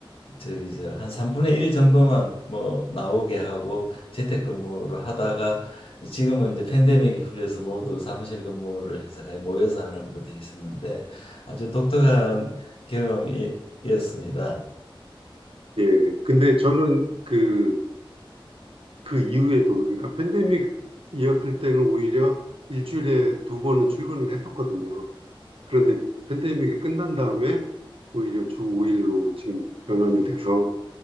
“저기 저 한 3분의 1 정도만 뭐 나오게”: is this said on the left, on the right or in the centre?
Left